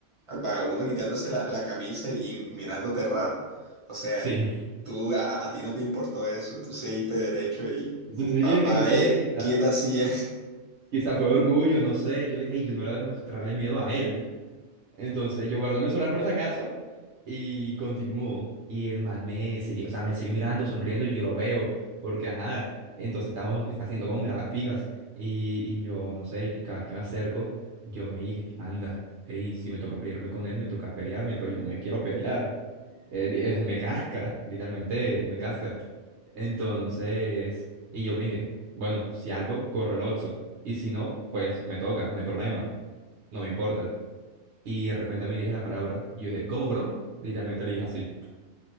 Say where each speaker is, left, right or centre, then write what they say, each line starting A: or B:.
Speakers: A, on the right; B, on the right.
A: al vagabundo quitándose la, la camisa y, y mirándote raro. O sea,
B: Sí,
A: tú, a, a- a ti no te importó eso, tú seguiste derecho y,
B: <laughs> sí, sí,
A: papá,
B: es que no sé,
A: eh,
B: quizás,
A: quieta así.
B: quizás fue orgullo, no sé, yo dije, "Ey, yo no le voy a demostrarle miedo a él. Entonces yo guardo mi celular por si acaso y continúo. Y el man me sigue, o sea, me sigue mirando, sonriendo y yo lo veo, porque ajá, entonces estamos haciendo como miradas fijas. Y, y yo, no sé, y cada vez que me acerco, yo me dije, anda, hey, si me toca pelearme con él, me toca pelearme, pero yo no me quiero pelear. Él- él me casca, literalmente me casca. Entonces, y yo me dije, bueno, si algo, corre el ocho Y si no, pues me toca, no hay problema, no me importa. Y de repente me dirige la palabra. Y yo dije, ¿cómo, bro? Literalmente le dije así.